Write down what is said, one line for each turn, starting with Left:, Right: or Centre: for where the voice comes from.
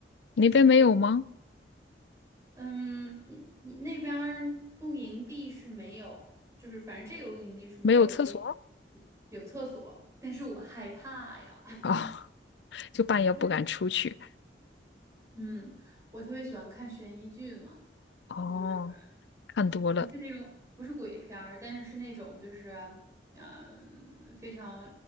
Left: 那边没有吗？
Right: 我嗯，你你那边儿露营地是没有，就是反正这个露营地是没有可以
Left: 没有厕所？
Right: 有厕所，但是我害怕呀，<laughs>
Left: 哦，<laughs> 就半夜不敢出去。
Right: 因为嗯，我特别喜欢看悬疑剧嘛，
Left: 哦，
Right: 你就是。
Left: 看多了，
Right: 嗯，不是那种不是鬼片儿，但是是那种就是嗯、呃非常